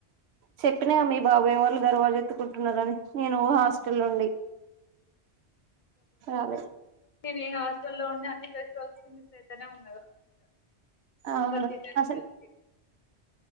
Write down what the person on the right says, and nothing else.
చెప్పిన గా మీబాబాయ్ వాళ్ళు దర్వాజ్ ఎత్తుకుంటున్నారని నేను హాస్టల్ నుండి రాలే
అవును
అసలు